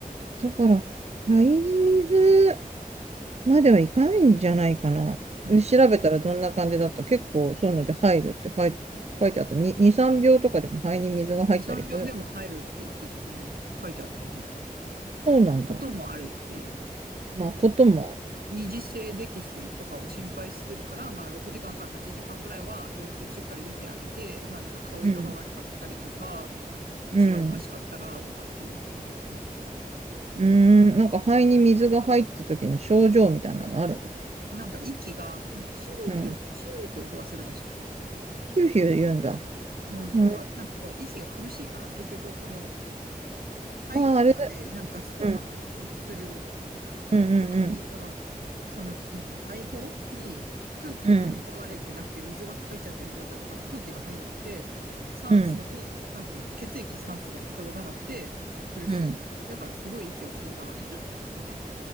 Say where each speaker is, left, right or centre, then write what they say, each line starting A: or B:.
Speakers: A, on the right (about 45°); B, on the right (about 85°).
A: だから、肺に水、まではいかないんじゃないかな。
B: うん。
A: 調べたらどんな感じだった結構そういうので入るって書い、書いてあった。2、2、3秒とかでも肺に水が入ったりする。
B: 2、3秒でも入るって言ってたね。書いてあったね。
A: そうなんだ。
B: こともあるっていう。
A: まあ、こともあ
B: 二次性溺水とかを心配するから、まあ6時間かんから8時間ぐらいは様子をしっかり見てあげて、まあなんか顔色が悪かったりとか、
A: る。
B: 息がおかしかったらとかっていうのはなんか書いてあった。
A: うん。うん。うーん。なんか肺に水が入った時の症状みたいなのある
B: なんか息が、なんかヒューって、
A: のうん。
B: ヒューって音がするらしくて。
A: ヒューヒュー言うんだ。
B: うん、
A: うん。
B: とか、なんかこう、息が苦しいから、結局、その、肺の中で、
A: まあ、あれだ。
B: なんかガス交換って言うんだっけする
A: うん。うんうん
B: ときに、その、その、なんつうの、肺胞に空気が取り込まれてなくて、
A: うん。
B: 水が入っちゃってる状態だから空気が入んなくて、酸素に、
A: うん。うん。
B: 酸素じゃない、血液に酸素が行き届かなくて苦しい。
A: うん。
B: だからすごい息を吸うんだろうね。<laughs> みたいな。